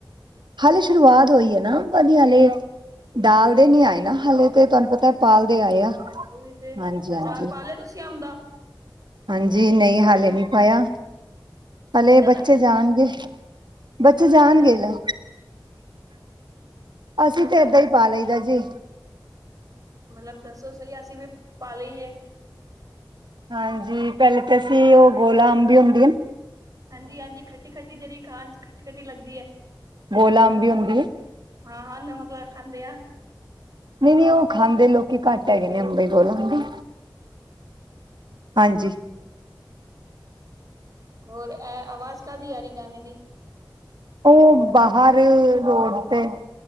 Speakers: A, on the right; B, on the right.
A: ਹਾਲੇ ਸ਼ੁਰੂਆਤ ਹੋਈ ਨੇ ਵਾਧੀਆ ਹਾਲੇ ਡਾਲਦੇ ਨੀ ਆਏ ਨਾ ਹਾਲੇ ਤੇ ਤੁਹਾਨੂੰ ਪਤਾ। ਪਾਲਦੇ
B: ਅੱਛਾ,
A: ਆਏ
B: ਹਾਂ
A: ਆ
B: ਓਹੀ ਤੇ,
A: ਹਾਂਜੀ ਹਾਂਜੀ
B: ਅਚਾਰ ਪਾ ਲਿਆ ਤੁਸੀਂ ਅੰਬ ਦਾ?
A: ਹਾਂਜੀ, ਨਹੀਂ ਹਾਲੇ ਨਹੀਂਪਾਇਆ, ਹਾਲੇੇ
B: ਕਿੱਦਾਂ
A: ਬੱਚੇ
B: ਪੈਂਦਾ
A: ਜਾਣਗੇ ਬੱਚੇ,
B: ਪੈਂਦਾ
A: ਜਾਣਗੇ
B: ਕਿੱਦਾਂ
A: ਲੇ ਅਸੀਂ
B: ਮਤਲਬ
A: ਤਾਂ, ਏਦਾਂ ਹੀ ਪਾ ਲਈਦਾ ਜੀ।
B: ਮਤਲਬ ਦੱਸੋ ਸਹੀ, ਅਸੀਂ ਵੀ ਪਾ ਲਈਏ?
A: ਹਾਂਜੀ, ਪਹਿਲੇ ਤਾਂ ਅਸੀਂ ਉਹ ਗੋਲਾ ਅੰਬ, ਵੀ ਹੁੰਦੀ ਏ।
B: ਹਾਂਜੀ- ਹਾਂਜੀ ਖੱਟੀ -ਖੱਟੀ ਜਿਹੜੀ ਖਾਣ ਚ ਖੱਟੀ- ਖੱਟੀ ਲੱਗਦੀ ਐ
A: ਗੋਲਾ ਅੰਬੀ ਹੁੰਦੀ ਹੈ
B: ਹਾਂ -ਹਾਂ ਨਮਕ ਲਾ ਕੇ ਖਾਂਣੇ ਆ।
A: ਨਹੀਂ -ਨਹੀਂ ਉਹ ਖਾਂਦੇ ਲੋਕੀ ਘੱਟ ਹੈਗੇ ਨੇ, ਅੰਬ ਈ ਕੋਲੋਂ ਦੀ ਹਾਂਜੀ।
B: ਹੋਰ, ਆਵਾਜ਼ ਕਾਹਦੀ ਆ ਰਹੀ ਗਾਣੇ ਦੀ?
A: ਉਹ, ਬਾਹਰ ਰੋਡ ਤੇ।